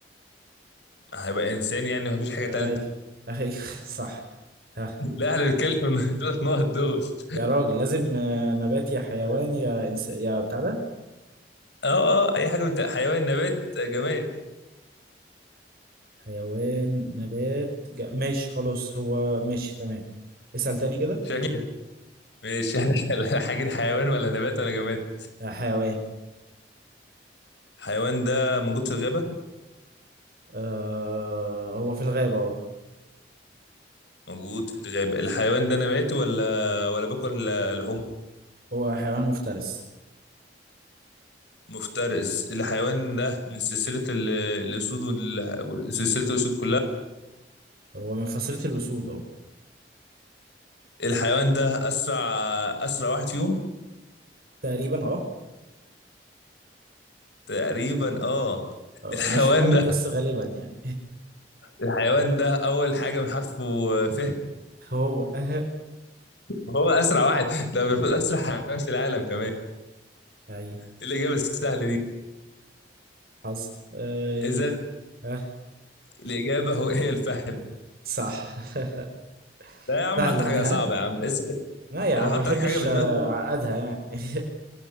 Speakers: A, on the left; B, on the right.
A: هيبقى إنسان يعني مفيش حاجة
B: اي
A: تالتة
B: اي <laughs> صح ها
A: <laughs> لا احنا بنتكلم من <laughs> الثلاث نقط دول <laughs>
B: يا راجل لازم آه نبات يا حيوان يا إنس... يا بتاع ده
A: اه اه اي حاجه بتاع حيوان نبات جماد
B: حيوان نبات ج... ماشي خلاص هو ماشي تمام اسأل تاني كده
A: شكل ماشي <laughs> احنا الحاجه دي حيوان ولا نبات ولا جماد
B: آه حيوان
A: حيوان ده موجود في الغابه
B: آه هو في الغابة اه
A: موجود في الغابة الحيوان ده نباتي ولا ولا باكل لحوم
B: هو حيوان مفترس
A: مفترس الحيوان ده من سلسلة ال- الأسود وال- سلسلة الأسود كلها
B: هو من فصيلة الأسود اه
A: الحيوان ده أسرع أسرع واحد فيهم
B: تقريبا اه
A: تقريبا اه
B: آه،
A: الحيوان
B: انا مش متأكد
A: ده
B: بس غالبا يعني
A: الحيوان ده أول حاجة من حرفه ف
B: <laughs> هو <laughs>
A: هو أسرع واحد ده المفروض أسرع حيوان في العالم كمان
B: ايوه
A: إيه الإجابة السهلة دي
B: حصل اي
A: إذا
B: ها
A: الإجابة هو هي الفهد
B: صح <laughs>
A: لا يا عم
B: سهلة
A: حط حاجة
B: دي ها
A: صعبة يا عم اسأل
B: لا يا عم
A: أنا هحط
B: ما بحبش
A: لك حاجة بدماغي
B: آه، اعقدها يعني <laughs>